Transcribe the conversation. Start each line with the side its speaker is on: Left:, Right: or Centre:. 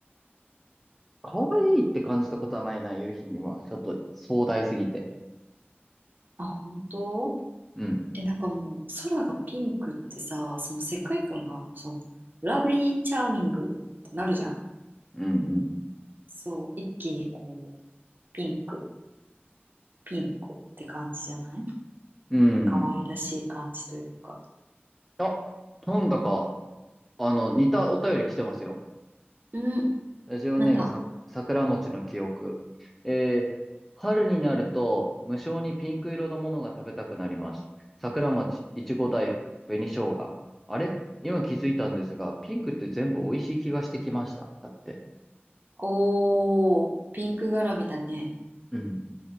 Centre: 可愛いって感じたことはないな、夕日には。ちょっと壮大すぎて。
Right: な。あ、本当
Centre: うん、
Right: え、なんかもう、空がピンクってさ、その世界観が、その、ラブリーチャーミングってなるじゃん。
Centre: うん、
Right: そう、一気にこう、ピンク、ピンクって感じじゃない
Centre: うん。
Right: 可愛らしい感じというか。
Centre: うん。あ、なんだか、あの、似たお便り来てますよ。
Right: うん、
Centre: ラジオネームさ、
Right: なんだ。
Centre: 桜餅の記憶。えー春になると無性にピンク色のものが食べたくなります。桜餅、いちご大福、紅生姜。あれ今気づいたんですが、ピンクって全部美味しい気がしてきました。だって。
Right: おー、ピンク柄みだね。
Centre: うん。